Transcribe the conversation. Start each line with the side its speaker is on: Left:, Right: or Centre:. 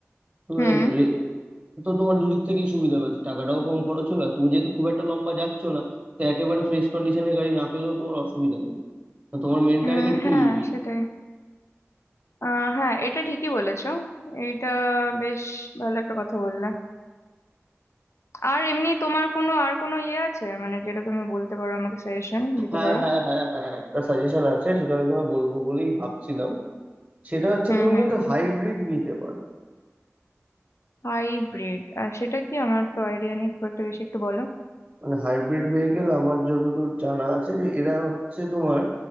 Right: তো
Left: হুম
Right: এবার রে- তো তোমার দুদিক থেকেই সুবিধা হবে টাকাটাও কম খরচ হলো আর তুমি যেহেতু খুব একটা লম্বা যাচ্ছ না তো একেবারে ফ্রেশ কন্ডিশনের গাড়ি না পেলেও তোমার অসুবিধা নেই তো তোমার মেন
Left: উম,
Right: টার্গেট
Left: হ্যাঁ
Right: তো ইভি
Left: সেটাই আহ হ্যাঁ এটা ঠিকই বলেছো এটা বেশ ভালো একটা কথা বললে আর এমনি তোমার কোনো আর কোনো ইয়ে আছে মানে যেটা তুমি বলতে পারো আমাকে সাজেশন দিতে
Right: হ্যাঁ
Left: পারো
Right: হ্যাঁ হ্যাঁ হ্যাঁ একটা সাজেশন আছে সেটা আমি তোমায় বলবো বলেই ভাবছিলাম সেটা হচ্ছে
Left: হুম
Right: তুমি
Left: হুম
Right: কিন্তু হাইব্রিড নিতে পারো
Left: হাইব্রিড আর সেটা কি আমার তো আইডিয়া নেই খুব একটা বেশি একটু বলো
Right: মানে হাইব্রিড ভেহিকেল আমার যতদূর জানা আছে যে এরা হচ্ছে তোমার